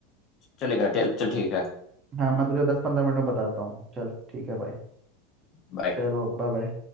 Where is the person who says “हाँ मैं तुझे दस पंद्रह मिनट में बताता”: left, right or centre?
Right